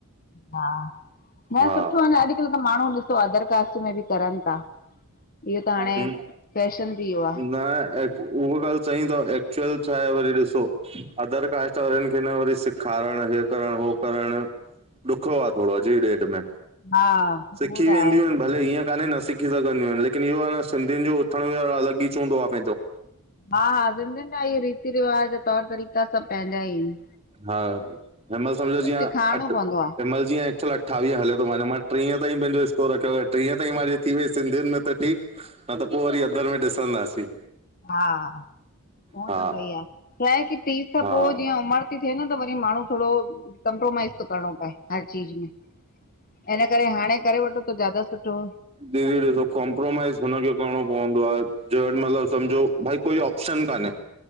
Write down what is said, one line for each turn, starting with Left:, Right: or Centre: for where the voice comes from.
Left: हा न
Right: हा
Left: सुठो आहे न अॼ्कल त माण्हू ॾिसो अदर कास्ट में बि करन था। इहो त हाणे
Right: हम
Left: फैशन थी वियो आ
Right: न उहा ॻाल्ह सई तव एक्चुअल छा आहे वरी ॾिसो अदर कास्ट वारिन खे न वरी सिखारण हे करण हो करण ॾुखयो आ थोरो अॼ जी डेट में
Left: हा उहो
Right: सिखी
Left: त
Right: वेंदयूं
Left: आहे
Right: आहिन भले ईअं कान्हे न सिखी सघंदियूं आहिन लेकिन इहो आ न सिंधियुन जो उथण बेयण अलॻ ई च हूंदो आ पंहिंजो
Left: हा हा सिंधियुन जा इहे रीति रिवाज तौर तरीक़ा सभ पंहिंजा ई आहिन
Right: हा हिनमल समझो जीअं
Left: सेखारिणो
Right: अठ हिनमल
Left: पवंदो आ
Right: जीअं फिलहाल अठावीह हले थो मे मां टीह ताईं पंहिंजो् स्कोर रखियो टीह ताईं मुंहिंजी थी वई सिधियुनि में त ठीक न त पो वरी अदर में ॾिसंदासीं।
Left: हा, उहो
Right: हा
Left: त सही आ। छाहे की तीस खां
Right: हा
Left: पो जीअं उमर नथी थिए न त वरी माण्हू थोरो कंप्रोमाइज़ थो करणो पए हर चीज़ में, ईन करे हाणे करे वठो त ज्यादा सुठो
Right: दीदी ॾिसो कोमप्रोमाइज़ हुनखे करनो पवंदो आ जे वट समझो भई कोई ऑप्शन कान्हे